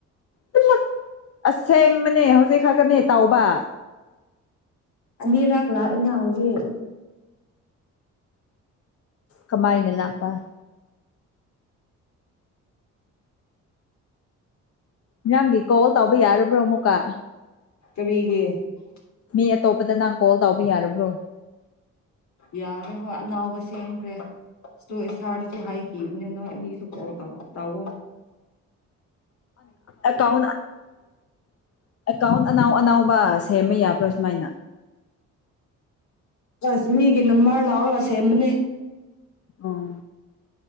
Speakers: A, on the left (about 50°); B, on the left (about 70°).
A: ꯄꯨꯂꯞ ꯑꯁꯦꯡꯕꯅꯦ ꯍꯧꯖꯤꯛ ꯈꯛꯀꯅꯦ ꯇꯥꯎꯕ꯫
B: ꯑꯅꯤꯔꯥꯛ ꯂꯥꯛꯑꯦꯅ ꯍꯧꯖꯤꯛ꯫
A: ꯀꯃꯥꯏꯅ ꯂꯥꯛꯄ꯫ ꯅꯔꯥꯡꯒꯤ ꯀꯣꯜ ꯇꯧꯕ ꯌꯥꯔꯕ꯭ꯔꯣ ꯑꯃꯨꯛꯀꯥ꯫
B: ꯀꯔꯤꯒꯤ ꯫
A: ꯃꯤ ꯑꯇꯣꯄꯗ ꯅꯪ ꯀꯣꯜ ꯇꯧꯕ ꯌꯥꯔꯕ꯭ꯔꯣ꯫
B: ꯌꯥꯔꯦ ꯍꯣꯏ ꯑꯅꯥꯎꯕ ꯁꯦꯝꯈ꯭ꯔꯦ ꯁꯨ ꯑꯦ ꯁꯥꯥꯔꯗꯁꯨ ꯍꯥꯏꯈꯤꯕꯅꯦ ꯅꯣꯏ ꯑꯅꯤꯁꯨ ꯀꯣꯜ ꯇꯥꯛꯑꯣ꯫
A: ꯑꯦꯀꯥꯎꯟ ꯑꯦꯀꯥꯎꯟ ꯑꯅꯥꯎ ꯑꯅꯥꯎꯕꯁ꯫ ꯁꯦꯝꯕ ꯌꯥꯕ꯭ꯔꯥ ꯁꯨꯃꯥꯏꯅ꯫
B: ꯑꯁꯃꯤꯒꯤ ꯅꯃꯂꯔ ꯁꯦꯝꯕꯅꯦ꯫
A: ꯑꯣ꯫